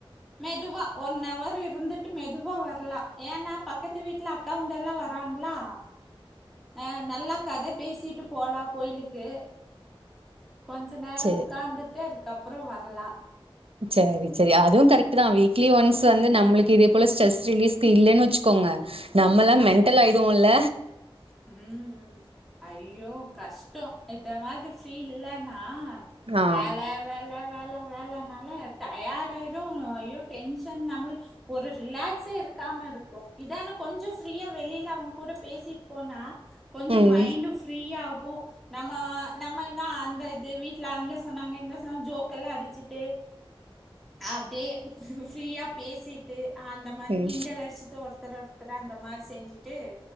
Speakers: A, in the centre; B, on the right.
A: மெதுவா ஒன்னவர் இருந்துட்டு மெதுவா வர்லா ஏன்னா பக்கத்து வீட்ல கவங்கல்லா வராங்களா ஆ நல்ல கத பேசிட்டு போலா கோயிலுக்கு கொஞ்ச நேரோ
B: சேரி
A: உக்காந்துட்டு அதுக் க்கப்றோ வர்லா
B: சேரி சேரி அதுவு கரெக்ட்டு தா வீக்லி ஒன்ஸ் வந்து நம்ளுக்கு இதே போல ஸ்ட்ரெஸ் ரிலீஸ்க்கு இல்லைன்னு வச்சுக்கோங்க நம்மலா
A: ஆமா
B: மென்டல் ஆயிடுவோல
A: ம் அய்யோ கஷ்சோ இத மாரி ஃப்ரீ இல்லன்னா
B: ஆ
A: வேல வேல வேல வேலனால டயர்ட்டு ஆயிடு ஐயோ டென்ஷன் நம்லு ஒரு ரிலாக்ஸே இருக்காம இருக்கு இதான கொஞ்சோ ஃப்ரீயா வெளில அவங்கூட பேசி போனா கொஞ்சோ
B: ம்
A: மைண்டு ஃப்ரீ ஆகு நம்ம நம்ம இந்தா அந்த இது வீட்ல அங்க சொன்னாங்க இங்க சொன்னா ஜோக் எல்லா அடிச்சிட்டு அப்டே ஃப்ரீயா பேசிட்டு அந்த அந்த மாரி
B: ம்
A: கிண்டலடிச்சிட்டு ஒருத்தர ஒருத்தர அந்த மாரி செஞ்சுட்டு